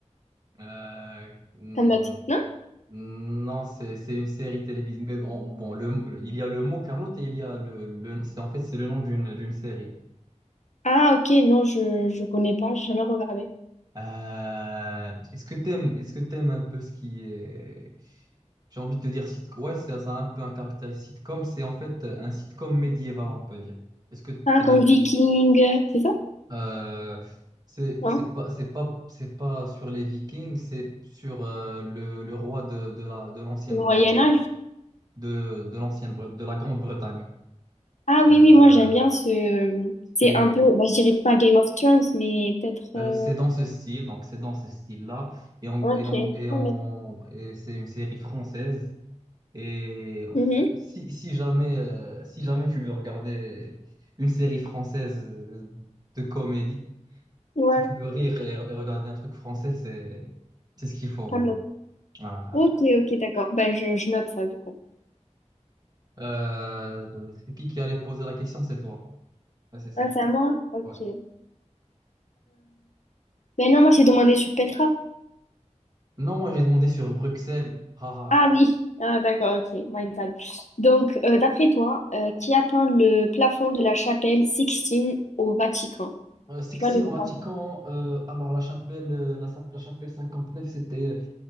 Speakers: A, on the right; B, on the left.
A: Euh, hmm,
B: Kaamelott, non?
A: non, c'est c'est une série télévisée. Mais on- bon, le, le- il y a le mot Kaamelott et il y a le, le- c'est en fait c'est le nom d'une d'une série.
B: Ah ok, non je je connais pas, j'ai jamais regardé.
A: Euh, est-ce que t'aimes, est-ce que t'aimes un peu ce qui est... J'ai envie de te dire sitcom. Ouais, c'est ça a un peu un caractère sitcom. C'est en fait un sitcom médiéval, on peut dire. Est-ce que
B: Ah
A: t'aimes
B: comme
A: un peu
B: Viking,
A: ça?
B: c'est ça?
A: Euh, c'est
B: Non?
A: c'est pas c'est pas c'est pas sur les Vikings, c'est sur euh, le, le roi de, de la de l'ancienne
B: Moyen
A: Bretagne,
B: Âge?
A: de, de l'ancienne Bre- de la Grande-Bretagne.
B: Ah
A: Euh,
B: oui, oui, moi j'aime bien ce...
A: c'est
B: C'est un peu, bah, je dirais pas Game of Thrones, mais peut-être...
A: euh,
B: euh,
A: c'est dans ce style, donc c'est dans ce style-là et on,
B: Ok,
A: et on, et
B: Hamlet.
A: on- et c'est une série française Et
B: Mhm,
A: si, si jamais, euh, si jamais tu veux regarder une série française euh, de comédie,
B: Ouais,
A: si tu veux rire et, et regarder un truc français, c'est, c'est ce qu'il faut voir.
B: Hamlet.
A: Ah, ah,
B: Ok,
A: ah.
B: ok, d'accord. Bah, je, je note ça, du coup.
A: Euh, c'est qui qui allait poser la question? C'est toi. Ouais, c'est ça.
B: Ah, c'est à moi? Ok.
A: Ouais.
B: Euh, Ben non, moi j'ai demandé sur Petra.
A: Non, moi j'ai demandé sur Bruxelles. Haha.
B: Ah oui. Ah d'accord, ok, my bad. Donc, euh, d'après toi, euh, qui a peint le plafond de la chapelle Sixtine au Vatican?
A: Euh, Sixtine
B: Tu vois le plafond?
A: au Vatican. euh, alors la chapelle, euh, la, sa- la chapelle 59, c'était euh,